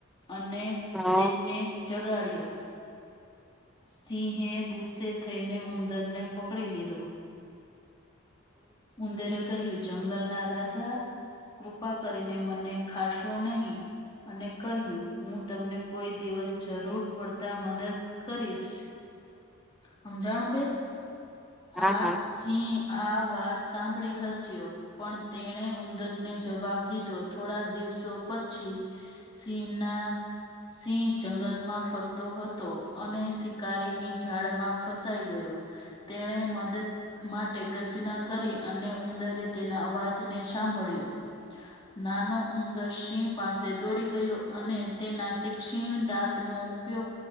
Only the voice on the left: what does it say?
અને
તેમને જગાડ્યો. સિંહે ગુસ્સે થઈને ઉંદર ને પકડી લીધો. ઉંદરે કહ્યું, જંગલના રાજા કૃપા કરીને મને ખાશો નહીં. અને કહ્યું, હું તમને કોઈ દિવસ જરૂર પડતા મદસ કરીશ. હમજાણું બહેન? આ
સિંહ આ વાત સાંભળી હસ્યો. પણ તેણે ઉંદરને જવાબ દીધો. થોડા દિવસો પછી સિંહના સિંહ જંગલમાં ફરતો હતો, અને શિકારીની ઝાડમાં ફસાઈ ગયો. તેણે મદદ માટ ટે ગર્જના કરી. અને ઉંદરે તેના અવાજને સાંભળ્યું. નાનો સિંહ પાસે દોડી ગયો. અને તેના તિક્ષીણ દાંતનો ઉપ પયોગ